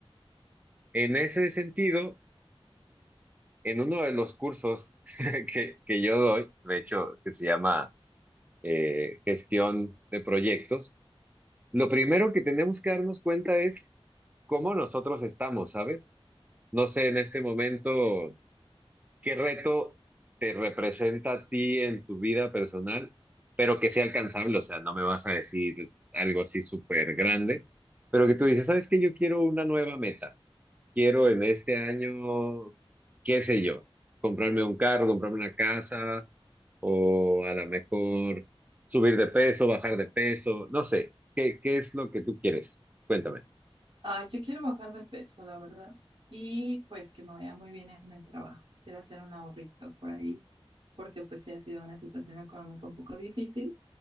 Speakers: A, on the right; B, on the right.
A: En ese sentido, en uno de los cursos <laughs> que, que yo doy, de hecho, que se llama eh, gestión de proyectos, lo primero que tenemos que darnos cuenta es cómo nosotros estamos, ¿sabes? No sé en este momento qué reto te representa a ti en tu vida personal, pero que sea alcanzable, o sea, no me vas a decir algo así súper grande, pero que tú dices, ¿sabes qué? Yo quiero una nueva meta quiero en este año, qué sé yo, comprarme un carro, comprarme una casa o a lo mejor subir de peso, bajar de peso, no sé, ¿qué, qué es lo que tú quieres? Cuéntame.
B: Ah, yo quiero bajar de peso, la verdad. Y pues que me vaya muy bien en el trabajo. Quiero hacer un ahorrito por ahí, porque pues sí ha sido una situación económica un poco difícil,